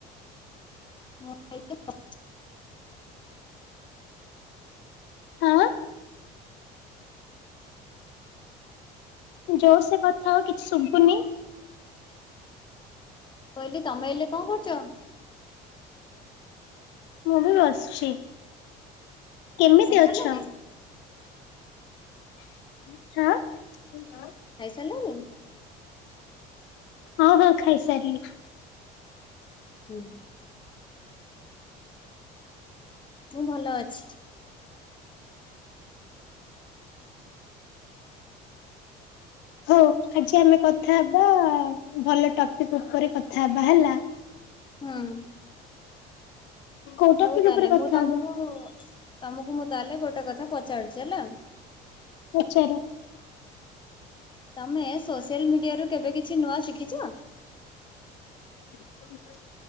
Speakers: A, on the left; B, on the left.
A: <unintelligible>
B: ଆଁ ଜୋର ସେ କଥା ହୁଅ କିଛି ଶୁଭୁନି।
A: ମୁଁ କହିଲି ତମେ ଏଇଲେ କଣ କରୁଛ?
B: ମୁଁ ବି ବସିଛି। କେମିତି
A: ଖାଇସାରିଲଣି
B: ଅଛ? ହାଁ
A: ଖାଇସାରିଲଣି
B: ହଁ ହଁ ଖାଇସାରିଲି।
A: ହୁଁ ମୁଁ ଭଲ ଅଛି।
B: ହଉ ଆଜି ଆମେ କଥା ହବା ଭଲ ଟପିକ ଉପରେ କଥା ହବା ହେଲା।
A: ହୁଁ
B: କୋଉ ଟପିକ
A: ହଉ ତାହେଲେ
B: ଉପରେ କଥା
A: ମୁଁ ତମକୁ
B: ହବା
A: ତମକୁ ମୁଁ ତାହେଲେ ଗୋଟେ କଥା ପଚାରୁଛି ହେଲା।
B: ପଚାର
A: ତମେ ସୋସିଆଲ ମିଡିଆରୁ କେବେ କିଛି ନୂଆ ଶିଖିଛ?
B: ହ <unintelligible>